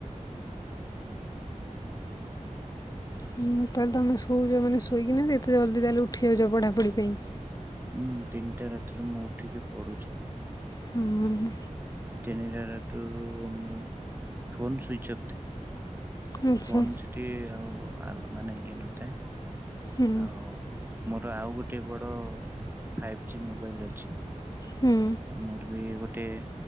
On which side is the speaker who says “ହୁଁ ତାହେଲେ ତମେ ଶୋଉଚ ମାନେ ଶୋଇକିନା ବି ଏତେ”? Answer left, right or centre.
Left